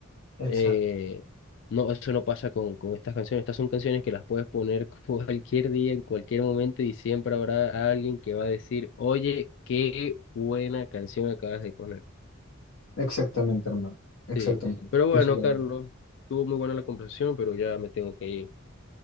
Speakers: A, on the left; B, on the left.
A: Exacto.
B: Eh, no, eso no pasa con, con estas canciones. Estas son canciones que las puedes poner <laughs> cualquier día, en cualquier momento, y siempre habrá alguien que va a decir, oye, qué buena canción acabas de poner.
A: Exactamente, hermano. Exactamente.
B: Sí. Pero
A: Pienso
B: bueno,
A: lo
B: Carlos,
A: mismo.
B: estuvo muy buena la conversación, pero ya me tengo que ir.